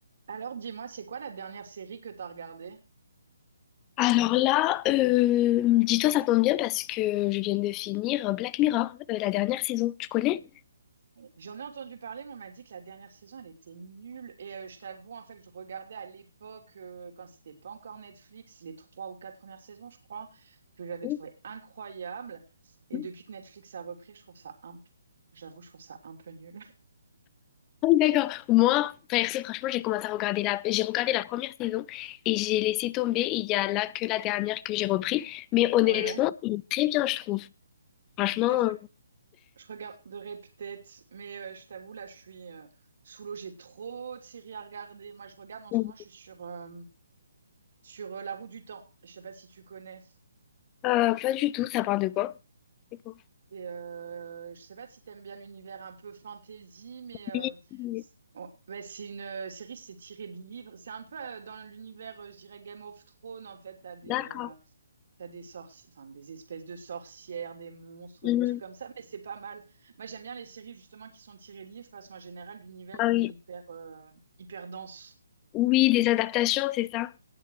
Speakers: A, on the right (about 60°); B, on the left (about 20°).
A: Alors, dis-moi, c'est quoi la dernière série que t'as regardée?
B: Alors là, euh, dis-toi, ça tombe bien parce que je viens de finir Black Mirror, euh, la dernière saison. Tu connais?
A: J'en ai entendu parler, mais on m'a dit que la dernière saison, elle était nulle. Et euh, je t'avoue, en fait, je regardais à l'époque, euh, quand c'était pas encore Netflix, les trois ou quatre premières saisons, je crois, que j'avais
B: Oui,
A: trouvé incroyable. Et
B: oui.
A: depuis que Netflix a repris, je trouve ça un, p- j'avoue, je trouve ça un peu nul. <laughs>
B: Ah oui, d'accord. Moi, perso, franchement, j'ai commencé à regarder la... J'ai regardé la première saison et j'ai laissé tomber. Il y a là que la dernière que j'ai repris. Mais honnêtement,
A: Ouais.
B: il est très bien, je trouve. Franchement,
A: Et je, re- je regarderai peut-être, mais euh, je t'avoue, là, je suis euh, sous l'eau. J'ai trop de séries à regarder. Moi, je regarde en ce
B: euh,
A: moment, je suis sur, euh, sur euh, La Roue du Temps. Je sais pas si tu connais.
B: euh, pas du tout. Ça parle de quoi? C'est quoi?
A: Et euh, je sais pas si t'aimes bien l'univers un peu fantasy, mais euh,
B: Oui, oui,
A: c'est on- ouais, c'est une euh, série, c'est tiré de livres. C'est un peu euh, dans l'univers, euh, je dirais, Game of Thrones. En fait, t'as des,
B: d'accord.
A: euh, t'as des sorci- enfin, des espèces de sorcières, des monstres,
B: Mhm.
A: des trucs comme ça, mais c'est pas mal. Moi, j'aime bien les séries justement qui sont tirées de livres parce qu'en général, l'univers,
B: Ah
A: il
B: oui.
A: est hyper, euh, hyper dense.
B: Oui, des adaptations, c'est ça?